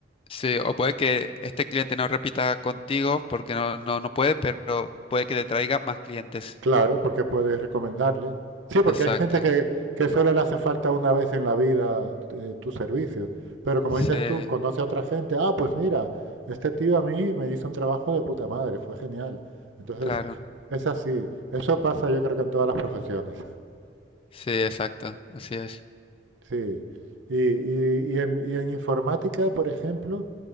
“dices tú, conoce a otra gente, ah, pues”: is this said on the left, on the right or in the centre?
Right